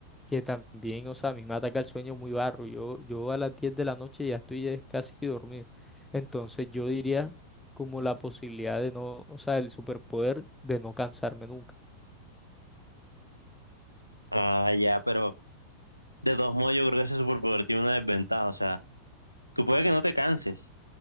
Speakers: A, in the centre; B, on the right.
A: que también, o sea, a mí me ataca el sueño muy barro. Yo, yo a las 10 de la noche ya estoy eh, casi dormido. Entonces yo diría como la posibilidad de no, o sea, el superpoder de no cansarme nunca.
B: Ah, ya, pero de todos modos yo creo que ese superpoder tiene una desventaja. O sea, tú puedes que no te canses,